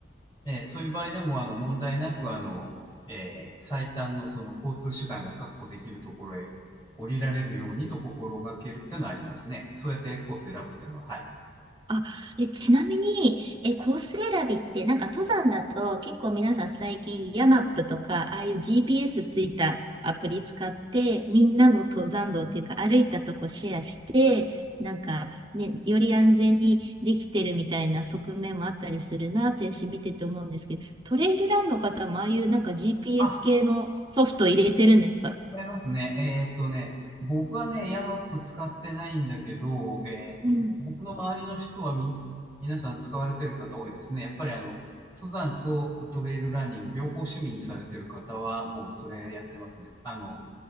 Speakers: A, on the left; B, on the right.
A: ええ、そういう場合でも、あの、問題なく、あの、ええ、最短のその交通手段が確保できるところへ降りられるようにと心がけるっていうのはありますね。そうやってコース選ぶっていうのは、はい。
B: あ、で、ちなみに、え、コース選びって、なんか登山だと結構皆さん最近ヤマップとか、ああいう GPS ついたアプリ使って、みんなの登山道っていうか歩いたとこシェアして、なんかね、より安全にできてるみたいな側面もあったりするなって私見てて思うんですけど、トレイルランの方もああいうなんか GPS
A: あ、
B: 系のソフト入れてるんですか
A: 違いますね。えーっとね、僕はね、ヤマップ使ってないんだけど、えーっと、
B: うん。
A: 僕の周りの人はみ、皆さん使われてる方多いですね。やっぱりあの、登山とトレイルランニング両方趣味にされてる方はもうそれやってますね。あの、